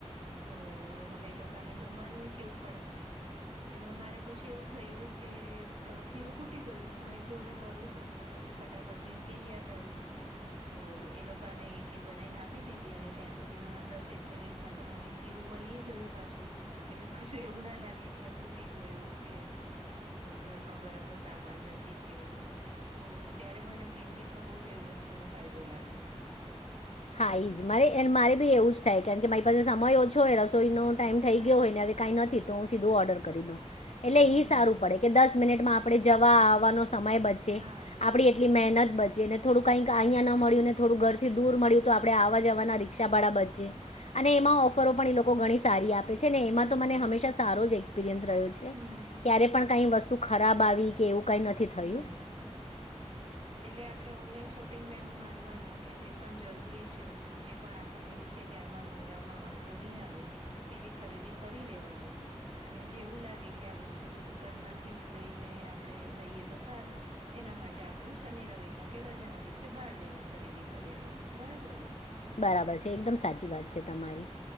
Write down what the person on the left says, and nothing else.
હા એ જ મારે મારે બી એવું જ થાય કારણ કે મારી પાસે સમય ઓછો હોય રસ્. નો ટાઈમ થઈ
ગયો હોય ને હવે કઈ નથી તો હું, સીધો ઓર્ડર કરી એટલે
ઈ સારું
પડે કે દસ મિનિટમાં આપણે જવા આવવાનો સમય બચે
આપડી એટલી મહેનત બચે ને થોડું કઈક અહંયા ન મળ્યું ને થોડું ઘરથી દૂર મળ્યું. તો આપડણે આવા જવા રિક્ષા ભાળા બચે. અને એમાં
ઓફરો
પણ એ લોકો ઘણી સારી આપે છે, ને એમાં
તો મને
હંમેશા
સારો જ એક્સપિરિયન્સ રહ્યો છે.
ક્યારે પણ કઈ વસ્તુ ખરાબ આવી કે એવું. કાંઈ નથી થયું
બરાબર છે એકદમ સાચી વાત છે તમારી.